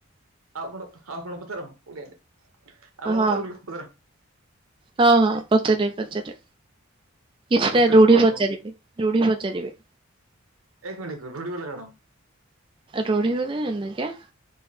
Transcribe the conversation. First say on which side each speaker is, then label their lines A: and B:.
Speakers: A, on the right (about 85°); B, on the right (about 25°).
A: ଆଉ କଣ ଆଉ କଣପତ ର ଓଡିଆ ଆଉ
B: ହଁ
A: କଣ
B: ହଁ
A: ପଚାର ବୋଲ ପଚାର
B: ହଁ ହଁ ପଧରେ ପଧରେ କିଛିଟା
A: ପଚାର
B: ରୂଢ଼ି
A: କୁହ
B: ପଚାରିବେ
A: କୁହ
B: ରୂଢ଼ି ପଚାର ସେରି ଭ
A: ଏକ ମିିନିଟ ରୁଢ଼ ବେଳେ କଣ
B: ରୋଢି ବ ନା କିଆ